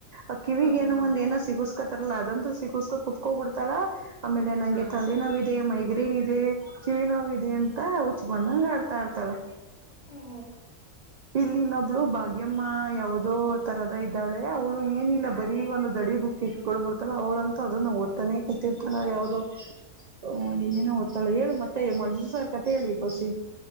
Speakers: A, on the right; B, on the left.
A: ಅ ಕಿವಿಗೇಏನೋ
B: ಹ್ಮ್ ಹ್ಮ್
A: ಒಂದ ಏನ ಸಿಗಸ ಕುತಿರಲ್ಲ ಅದಂತೂ ಸಿಗುಸ್ಕ ಕುತ್ಕೋ ಬಿಡ್ತಾಳ ಆಮೇಲೆ ನಂಗೆ
B: ಹ
A: ತಲೆ ನೋವಿದೆ ಮೈಗೆ ಏನಿದೆ ಕಿವಿ ನೋವು ಇದೆ ಅಂತ ಹಚ್ಕೊಂಡಂಗ ಆಡ್ತ ತಾಟ ತಗೋ
B: ಹ್ಮ
A: ಇಲ್ಲಿ ಇನ್ನೊಬ್ಳು ಭಾಗ್ಯಮ್ಮ ಯಾವದೋ ತರದ ಇದ್ದಾಳೆ ಅವ್ಳು ಏನಿಲ್ಲ ಬರೀ ಒಂದ ದಡಿ ಬುಕ್ ಇಟ್ಕೊಡ್ಬಡ್ತಳ ಅವ್ಳಂತೂ ಅದನ್ನ ಓದ್ತಾನೇ ಕುತ್ತತಿರ್ತಳ ಯಾವ್ದೋ ಅ ಇನ್ನೇನ ಓದ್ತಾಳೆ ಹೇಳು ಮತ್ತೆ ಮಾಡ್ದ ಸರ್ ಕತೆ ಹೇಳಿ ಕೋಸಿ